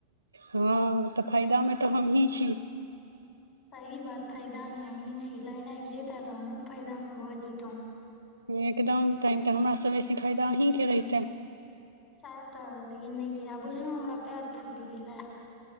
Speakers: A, on the right; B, on the left.
A: हां तऽ फायदा मे तऽ हमही छी।
B: सही बात फायदा मे अहीँ छी, लाइन आएब जैता तऽ हमु फायदामे भऽ जेतौ।
A: एकदम तेहेन तऽ हमरा से बेसी फायदा अहीँ के रहितै।
B: साएह तऽ लेकिन नै या आ बुझलौ हमरा पैर फुल गेलै।